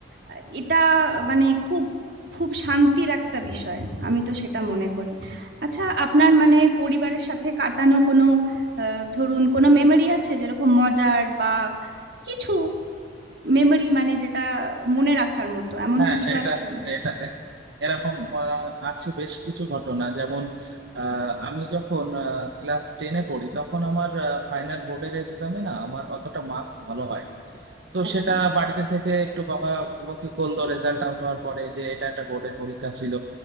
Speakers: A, on the right; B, on the right.
A: আহ, এটা মানে খুব খুব শান্তির একটা বিষয় আমি তো সেটা মনে করি আচ্ছা আপনার মানে পরিবারের সাথে কাটানো কোনো আহ, ধরুন কোনো মেমোরি আছে যেরকম মজার বা কিছু মেমোরি মানে যেটা মনে রাখার মতো এমন
B: হ্যাঁ
A: কিছু
B: এটা
A: আছে
B: এটা এরকম আহ, আছে বেশ কিছু ঘটনা যেমন আহ, আমি যখন ক্লাস টেনে পড়ি তখন আমার ফাইনাল বোর্ডের এক্সামে না আমার অতটা মার্কস ভালো হয় তো
A: আচ্ছা
B: সেটা বাড়িতে থেকে একটু বকাবকি করলো রেজাল্ট আউট হওয়ার পরে যে এটা একটা বোর্ডের পরীক্ষা ছিল